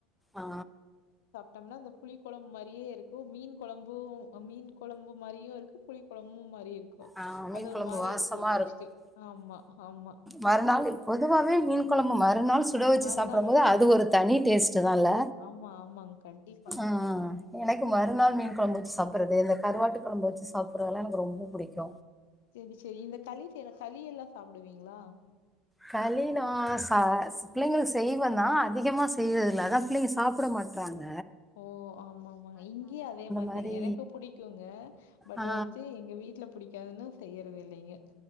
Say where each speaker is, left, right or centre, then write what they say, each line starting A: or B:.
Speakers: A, in the centre; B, on the left (about 70°).
A: ஆ
B: டம்னா இந்த புளி குழம்பு மாரியே இருக்கு மீன் குழம்பு மீன் குழம்பு மாரியு இருக்கு புளி குழம்பும் மாரியு இருக்கு
A: ஆ மீன்
B: அது ஒரு
A: கொழம்பு
B: மாரி
A: வாசமா
B: இருக்கு டேஸ்டே ஆமா ஆமா
A: மறுநாளு பொதுவாவே மீன் குழம்பு மறுநாள் சுட வச்சு
B: மறுநாள்
A: சாப்டும் போது
B: வச்சா
A: அது ஒரு தனி டேஸ்டு தால்ல
B: ஆமா, ஆமாங்க. கண்டிப்பாங்க.
A: அ அ எனக்கு மறுநாள் மீன் குழம்பு வச்சு சாப்புட்றது இந்த கருவாட்டு குழம்பு வச்சு சாப்பிடுற தெல்லா எனக்கு ரொம்ப புடிக்கு
B: செரி செரி இந்த களி செய்ற களி எல்லா சாப்டுவீங்களா
A: களி நா சா பிள்ளைங்களு செய்வந்தா அதிகமா செய்றதில்ல அதா பிள்ளைங்க சாப்ட மாட் றாங்க
B: ஓ ஆமா ஆமா இங்கயு அதே மாரிதாங்க
A: மாரி
B: எனக்கு புடிக்குங்க பட்
A: ஆ
B: வந்துட்டு எங்க வீட்ல புடிக்காதுன்னு செய்யறதில்லைங்க